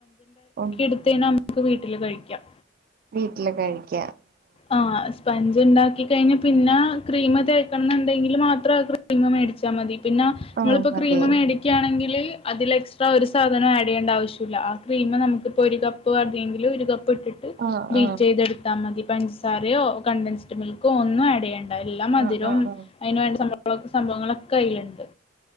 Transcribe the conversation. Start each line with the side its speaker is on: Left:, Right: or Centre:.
Right: ഉണ്ട്
Left: എടുത്തേനാ നമ്മുക്ക് ഒരു <unintelligible> കഴിക്കാം.
Right: വീട്ടില് കഴിക്ക
Left: ആ സ്പഞ്ച് ണ്ടാക്കി കഴിഞ്ഞു പിന്ന ക്രീമ് തേക്ന്നുണ്ടെങ്കിലും മാത്രം ആ ക്രീമ് മേടിച്ചാ മതി. പിന്നേ ഇങ്ങള്
Right: ആ
Left: പ്പം
Right: മതി
Left: ക്രീമ് മേടിക്കാണെങ്കില് അതില് എക്സ്ട്രാ ഒരു സാധനം ആഡ് ചെയ്യേണ്ട ആവശല്യ ആ ക്രീമ് നമുക്കിപ്പോ ഒരു കപ്പ്‌ പ്പെങ്കില ഒരു കപ്പ് ഇട്ടിട്ട്
Right: ആ
Left: ബീറ്റ്
Right: ആ
Left: യ്തെടുത്താ മതി പഞ്ചസാരയോ കണ്ടൻസ് മിൽക്കോ ഒന്നും ആഡ് ചെയ്യണ്ട എല്ലാ മധുരം
Right: ആ ആ ആ
Left: അയിനുവേണ്ട സ ള സംഭവങ്ങളൊക്കെ അയ്ല്ണ്ട്.